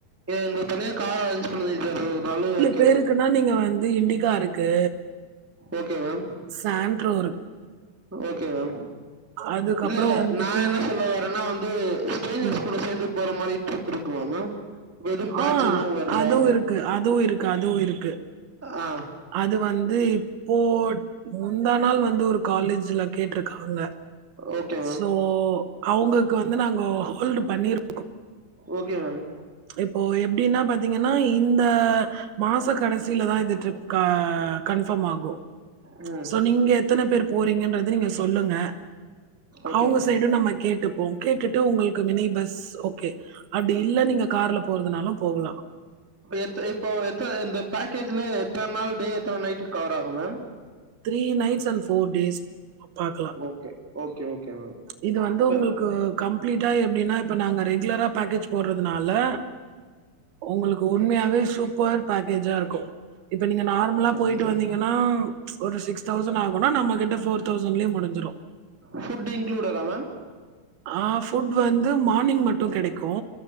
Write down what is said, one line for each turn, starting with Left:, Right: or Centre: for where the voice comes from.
Centre: ஏ உங்களுக்கு தனியா கார் அரேஞ்ச் <unintelligible>
Right: பேருக்குனா நீங்க வந்து இண்டிகா இருக்கு
Centre: okay ma'am
Right: Santro
Centre: okay ma'am
Right: அதுக்கப்புறம்
Centre: இல்ல இல்ல
Right: வந்துட்டு
Centre: நா என்ன சொல்ல வர்றன்னா வந்து ஸ்ட்ரேஞ்சர்ஸ்
Right: ம்,
Centre: கூட சேரந்து போற மாரி ட்ரிப் இருக்குமா மேம் எதும் பேட்ச்
Right: ஆ
Centre: எதுவும் வருதா
Right: அதுவும் இருக்கு அதுவும் இருக்கு அதுவும் இருக்கு
Centre: ஆ
Right: அது வந்து இப்போ முந்தா நாள் வ வந்து ஒரு காலேஜ்ல கேட்ருக்காங்க
Centre: ஓகே மேம்
Right: சோ அவுங்களுக்கு வந்து நாங்க ஹோல்டு பண்ணிருக்கோ
Centre: ஓகே மேம்
Right: இப்போ எப்டின்னா பாத்தீங்கன்னா இந்த மாச கடைசில தான் இது ட்ரி கா கன்ஃபாம் ஆகும்
Centre: ம்
Right: சோ நீங்க எத்தன பேர் போறீங்கன்றது நீங்க சொல்லுங்க
Centre: ஓகே
Right: அவுங்க
Centre: மேம்
Right: சைடும் நம்ம கேட்டுப்போ கேட்டுட்டு உங்களுக்கு மினி பஸ் ஓகே அப்டி இல்ல நீங்க கார்ல போறதுனாலும் போகலா
Centre: எத்த இப்போ எத்த இந்த பேக்கேஜ்ல எத்தன நாள் டே எத்தன நைட்டு கவர் ஆகும் ma'am
Right: three nights and four days பாக்கலா
Centre: ஓகே ஓகே ஓகே மேம்
Right: இது வந்து
Centre: சார்
Right: உங்களுக்கு கம்ப்ளீட்டா எப்டின்னா இப்ப நாங்க ரெகுலரா பேக்கேஜ் போறதுனால உங்களுக்கு உண்மையாவே சூப்பர் பேக்கேஜா இருக்கோ இப்போ நீங்க நார்மலா
Centre: ஓகே
Right: போயிட்டு
Centre: மேம்
Right: வந்தீங்கன்னா ஒரு சிக்ஸ் தௌசண் ஆகுனா நம்ம கிட்ட ஃபோர் தௌசண்ட்லேயே முடிஞ்சிடு
Centre: ஃபுட் இன்க்ழுடடா மேம்
Right: ஆ ஃபுட் வந்து மார்னிங் மட்டும் கெடைக்கு